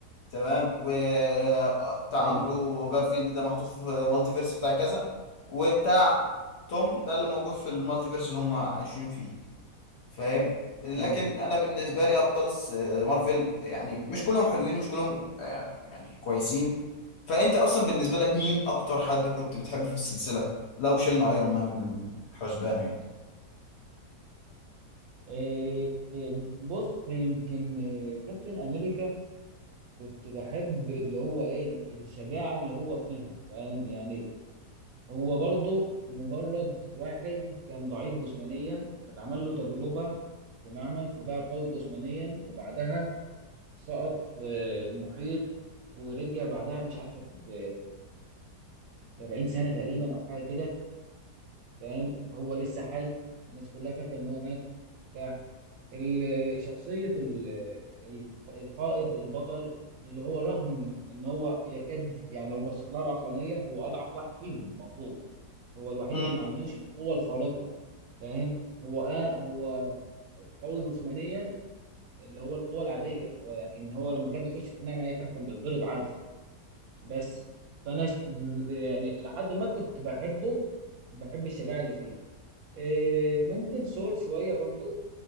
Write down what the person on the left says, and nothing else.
تمام وبتاع
اندرو جارفيلد ده محطوط في مالتيفيرس بتاع كذا وبتاع توم ده اللي موجود في المالتيفيرس اللي هم عايشين فيه فاهم لكن
انا بالنسبه لي ابطال س- مارفل يعني مش كلهم حلوين ومش كلهم آه، يعني كويسين فانت اصلا بالنسبه لك مين اكتر حد كنت بتحبه في السلسله لو شلنا ايرون مان من الحسبان يعني
امم